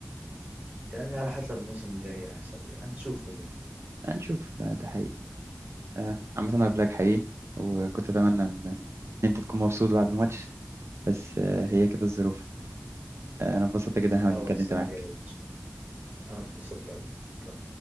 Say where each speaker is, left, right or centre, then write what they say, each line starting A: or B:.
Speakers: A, on the right (about 40°); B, on the right (about 75°).
A: يعني على حسب الموسم الجاي هيحصل إيه. يعني نشوف كلنا
B: هنشوف لا ده حقيقي آه، عامة أنا قبلك حقيقي وكنت أتمنى إن إن أنت تكون مبسوط بعد الماتش بس آه، هي كده الظروف آه، أنا اتبسطت جدا
A: تتعوض
B: إن أنا اتكلمت
A: السنة
B: معاك
A: الجاية إن شاء الله أنا اتبسطت أكتر شكرا